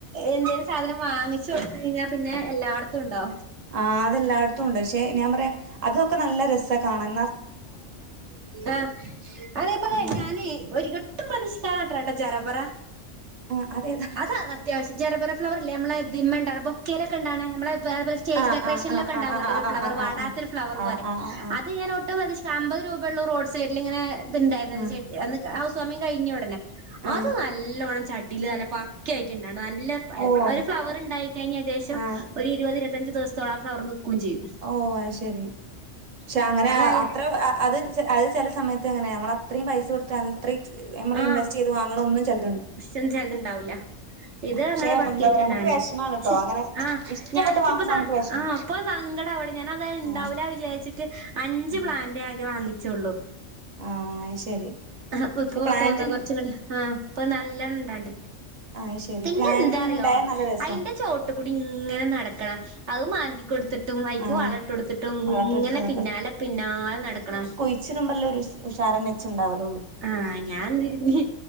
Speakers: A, on the right (about 65°); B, on the right (about 85°).
A: എന്തേലും സാധനം വാങ്ങിച്ച് കൊടുത്തേയ്ഞ്ഞ പിന്നെ എല്ലോട്ത്തും ഇണ്ടാവും.
B: ആഹ് അതെ എല്ലായിടുത്തും ഇണ്ട് പക്ഷെ ഞാൻ പറയാ അതൊക്കെ നല്ല രസ കാണാൻ ന്ന
A: ആഹ് അതേ പോലെ
B: അങ്ങനെ
A: ഞാന് ഒരി ട്ടും പ്രതീക്ഷിക്കാതെ നട്ട്രട്ട ജറബറ
B: ആഹ് അതേതാ
A: അതാന്ന് അത്യാവശ്യ ജറബറ ഫ്ലവറില്ലേ അമ്മളെ ദിമ്മണ്ടാണ ബൊക്കേല് ഒക്കെ ഇണ്ടാണ അമ്മളെ ബാബർസ് സ്റ്റേജ്
B: ആഹ്
A: ഡെക്കറേഷനിൽ
B: ആഹ് ആഹ്
A: ഒക്കെ ഇണ്ടാവല്ലൊ
B: ആഹ് ആഹ്
A: ഒരു ഫ്ലവർ
B: ആഹ്
A: വാടാത്തോരു
B: ആഹ്
A: ഫ്ലവർ
B: ആഹ് ആഹ്
A: പോലെ
B: ആഹ് ആഹ് ആഹ്
A: അത് ഞാൻ ഓട്ച്ച് ത്തവത് സമ്പത് രൂപ ഒള്ളു റോഡ് സൈഡില് ഇങ്ങനെ ഇത് ഇണ്ടായിരുന്നത്
B: ആഹ്
A: ചെടി അന്ന് ആ ഹൌസ് വാമിങ് കഴിഞ്ഞ ഒടനെ
B: ആഹ്
A: അത്
B: ആഹ്
A: നല്ലോണം ചട്ടീല് നല്ല പ ക്ക ആയിട്ടുണ്ടാഹ്ണ്ട് നല്ല ഫയ്
B: ഓഹ്
A: ഫ്ല ഒരു ഫ്ലവറ്ണ്ടായി കഴിഞ്ഞ ഏദേശം
B: ആഹ്
A: ഒരു ഇരുപത് ഇര് പത്തഞ്ച് ദിവസത്തോളം ആ ഫ്‌ളവറ് നിക്കും ചെയ്യും.
B: ഓ അഹ് ശരി പക്ഷെ അങ്ങനെ
A: അത്
B: അ
A: നല്ല
B: അത്ര അഹ് അ അത് അഹ് ചെല സമയത്ത് എങ്ങനെ ഞങ്ങള് അത്രീം പൈസ കൊടുത്ത് അത്രീം നമ്മള്
A: ആഹ്
B: ഇൻവസ്റ്റയ്ത് വാങ്ങ്ണോന്നും ചെൽ
A: ഇഷ്ടം ചെൽത് ഇണ്ടാവൂല. ഇത്
B: പക്ഷെ
A: അങ്ങനെ ബക്കായ്റ്റ്
B: എന്താ പറയാ
A: ഇണ്ടായിണ്ട്
B: നമുക്ക് വിഷമാണ് ട്ടോ
A: ക്ഷെ
B: അങ്ങനെ
A: ആഹ്
B: ഇഷ്ടപ്പെട്ട്
A: ഞാന്ച്ച്
B: വാങ്ങുമ്പോ
A: പ്പ സ
B: നമുക്ക് വിഷമം
A: ആഹ് ഇപ്പൊ സങ്കടാവാണ് ഞാനാത് ഇണ്ടാവൂല
B: ആഹ്
A: വിചാരിച്ചിട്ട് അഞ്ച്
B: ഉം
A: പ്ലാന്റെ ആകെ വാങ്ങിച്ചോള്ളൂ.
B: ആഹ് അത് ശരി
A: <inaudible> ആപ്പപ്പോ
B: പക്ഷെ പ്ലാന്റ്
A: തോന്നാ കൊറച്ച്ങ്ങട്ട് ആഹ്. പ്പൊ നല്ലോണം ഇണ്ടാണ്ട്
B: ആഹ് അത് ശരി
A: പിന്നെന്താ
B: പ്ലാന്റ് ഇങ്ങനെ
A: ന്അറിയോ
B: ഇണ്ടായാ നല്ല രസാ
A: അയിന്റെ ചോട്ടു കൂടി ഇങ്ങനെ നടക്കണം അഹ് മാന്തി കൊടുത്ത് ട്ടും അയ്ക്ക്
B: ആഹ്
A: വള ഇട്ടോടിത്ത്ട്ടും
B: വളട്ടൊടുത്തിട്ട്
A: ഇങ്ങനെ പിന്നാലെ പിന്നാലെ നടക്കണം.
B: ഇച്ച്ടുമ്പ അല്ലൊരു ഉഷാരന്നെ ച്ച് ഇണ്ടാവല് ഒള്ളു.
A: ആഹ് ഞാൻ എന്ത്‌ ഇര്ന്ന്